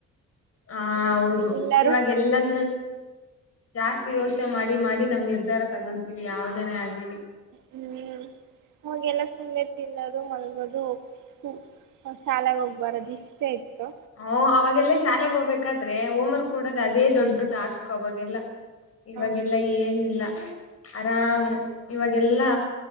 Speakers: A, on the left (about 50°); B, on the right (about 85°).
A: ಹ ಹೌದು
B: ಎಲ್ಲಾರು
A: ಇವಾಗ ಎಲ್ಲದ ಜಾಸ್ತಿ ಯೋಚನೆ ಮಾಡಿ ಮಾಡಿ ನಮ್ ನಿರ್ಧಾರ ತಗೊಂತೀವಿ ಯಾವ್ದನೇ ಆಗ್ಲಿ
B: ಹ್ಮ್ ಅವೆಲ್ಲ ಸುಮ್ಮನೆ ತಿನ್ನದು ಮಲ್ಗೋದು ಹೋಗ ಶಾಲೆಗೆ ಹೋಗ್ ಬರದು ಇಷ್ಟ ಇತ್ತು
A: ಹಓ ಅವಾಗೆಲ್ಲ ಶಾಲೆಗೆ ಹೋಗ್ಬೇಕಾದ್ರೆ ಹೋಮ್ವರ್ಕ್ ಕೊಡೋದು ಅದೇ ದೊಡ್ಡ ಟಾಸ್ಕ್ ಅವಾಗೆಲ್ಲ ಲ್ಲ ಇವಾಗೆಲ್ಲ
B: ಹ
A: ಏನಿಲ್ಲ ಆರಾಮ್ ಇವಾಗೆಲ್ಲಾ